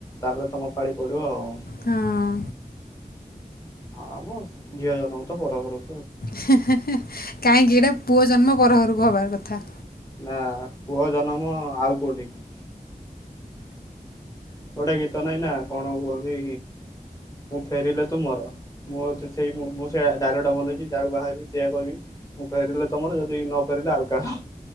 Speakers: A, on the left (about 20°); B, on the left (about 80°).
A: ତାପରେ ତମ ପାଳି ପଡ଼ିବ ଆଉ।
B: ହଁ
A: ହ ମ ଝିଅ ଜନ୍ମ ତ ପରଘର
B: ହେ ହେ ହେ କାହିଁକି ଏଟା ପୁଅ ଜନ୍ମ ପରଘରକୁ ହବାର କଥା।
A: ନା ପୁଅ ଜନ୍ମ ଆଉ କୋଉଠି କି ଗୋଟେ ଗୀତ ନାଇଁ ନା କଣ କହୁଛି ମୁଁ ଫେରିଲେ ତୁ ମୋର ମୁଁ ତ ସେଇ ମୁଁ ସେଇ ଡାଇଲକ୍ ମନେ ରଖିଚି ଯାହାକୁ ବାହାହେବି ସେଇଆ କହିବି। ମୁଁ ଫେରିଲେ ତମର ଯଦି ନ ଫେରିଲି ଆଉ କାହାର।